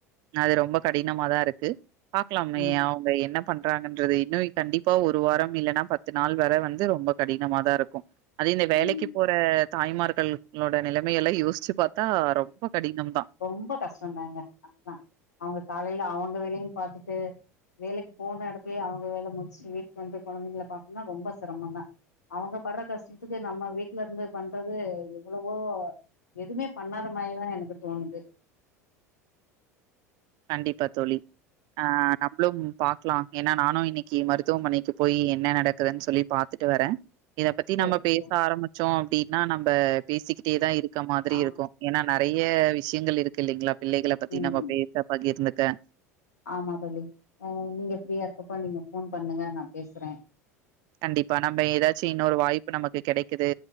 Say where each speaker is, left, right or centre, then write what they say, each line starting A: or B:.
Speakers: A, on the right; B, on the left.
A: அது ரொம்ப கடினமாதா இருக்கு பாக்கலாமே
B: ம்
A: அவு என்ன பண்றாங்கன்றது இன்னு கண்டிப்பா ஒரு வாரம் இல்லனா பத்து நாள் வர வந்து ரொம்ப கடினமாதா இருக்கு அது இந்த வேலைக்கு
B: ம்
A: போற தாய்மார்கள் ளோட நிலமைய எல்லா யோச்சி பாத்தா ரொம்ப கடினம் தான்.
B: ரொம்ப கஷ்டதாங்க அதா அவுங்க காலையில அவுங்க வேலயு பாத்துட்டு வேலைக்கு போன எடத்துலியே அவுங்க வேல முடிச்ட்டு வீட்டுக்கு வந்து கொழந்தைங்கள பாக்கனுனா ரொம்ப சிரமந்தா அவுங்க பட்ற கஷ்டத்துக்கு நம்ம வீட்ல இருந்து பண்றது எவ்வளவோ எதுமே பண்ணாத மாரிதா எனக்கு தோனுது
A: கண்டிப்பா தோழி ஆ நம்ப்ளும் பாக்கலா ஏனா நானு இன்னைக்கி மருத்துவமனைக்கு போய் என்ன நடக்குதுன் சொல்லி பாத்து ட்டு வரே இத பத்தி
B: சரி
A: நம்ம பேச
B: ஓ,
A: ஆரம்மிச்சோ அப்டினா நம்ப பேசிக்கிட்டே தா இருக்க மாதிரி
B: ஆ
A: இருக்கு ஏனா நெறைய விஷியங்கள் இருக்கு இல்லைங்ளா பிள்ளைகள பத்தி
B: ம்
A: நம்ம பே அ பகிர்ந்துக்க
B: ஆமா தோழி அ நீங்க ஃப்ரீயா இருக்கப்ப நீங்க ஃபோன் பண்ணுங்க நா பேஸ்ற
A: கண்டிப்பா நம்ப எதாச்சி இன்னொரு வாய்ப்பு நமக்கு கெடைக்குது